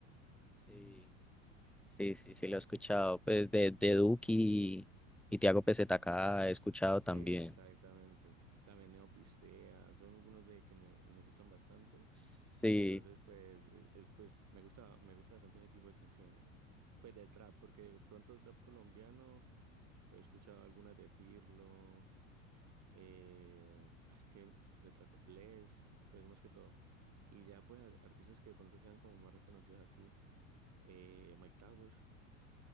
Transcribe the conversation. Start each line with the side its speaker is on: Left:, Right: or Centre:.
Centre: Sí, sí, sí, sí, lo he escuchado. Pues de, de Duki y Tiago PZK he escuchado también.
Right: Exactamente. También Neopistea, son algunos de que me, me gustan bastante.
Centre: Sí,
Right: Entonces, pues, e- es, pues me gusta, me gusta bastante ese tipo de canciones. Pues de trap, porque de pronto trap colombiano, pues he escuchado algunas de Pirlo, eh, ah, es que de trap, Bless, pues más que todo. Y ya pues a- artistas que de pronto sean como más reconocidos así. eh, Mike Towers,